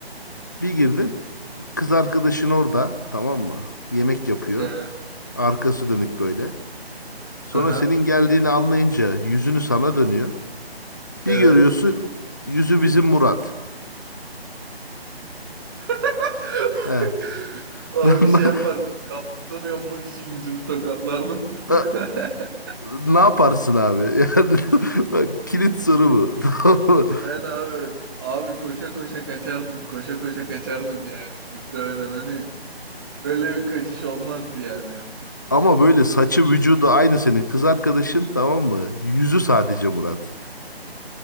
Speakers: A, on the left; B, on the right.
A: Bir girdin kız arkadaşın orada tamam mı? Yemek yapıyor.
B: Ee,
A: Arkası dönük böyle. Sonra
B: Aha.
A: senin geldiğini anlayınca yüzünü sana dönüyor. Bir
B: Evet.
A: görüyorsun yüzü bizim Murat.
B: <laughs>
A: He.
B: Abi
A: <laughs> Na-
B: bir şey yapardım. Kaptanı yanmak için yüzümü tokatlardım. <laughs>
A: e, Ne yaparsın abi? Yani <laughs> bak kilit soru bu. <laughs> Tamam mı?
B: Yani abi abi koşa koşa kaçardım. Koşa koşa kaçardım yani. Muhtemelen hani öyle bir kaçış olmazdı yani.
A: Ama böyle saçı vücudu aynı senin kız arkadaşın tamam mı? Yüzü sadece Murat.